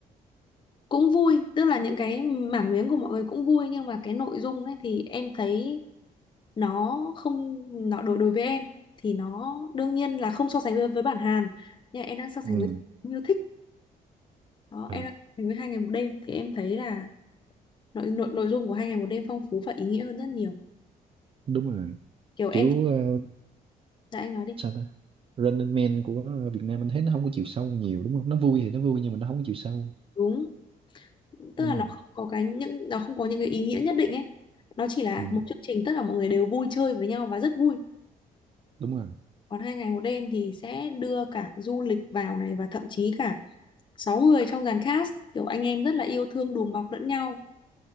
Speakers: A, on the left; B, on the right.
A: cũng vui tức là những cái mảng miếng của mọi người cũng vui nhưng mà cái nội dung ấy thì em thấy nó không nó đối đối với em thì nó đương nhiên là không so sánh với, với bản Hàn nhưng mà em đang so sánh
B: ừ,
A: với yêu thích đó
B: à,
A: em đang so sánh với hai ngày một đêm thì em thấy là nội nội nội dung của hai ngày một đêm phong phú và ý nghĩa hơn rất nhiều
B: đúng rồi
A: kiểu em
B: kiểu ờ,
A: dạ anh nói đi
B: sao ta Running Man của Việt Nam anh thấy nó không có chiều sâu nhiều đúng không nó vui thì nó vui nhưng mà nó không có chiều sâu
A: đúng tức
B: đúng
A: là nó
B: rồi
A: không có cái những nó không có những cái ý nghĩa nhất định ấy nó chỉ là
B: ừ,
A: một chương trình tất cả mọi người đều vui chơi với nhau và rất vui
B: đúng rồi
A: còn hai ngày một đêm thì sẽ đưa cả du lịch vào này và thậm chí cả sáu người trong dàn cast kiểu anh em rất là yêu thương đùm bọc lẫn nhau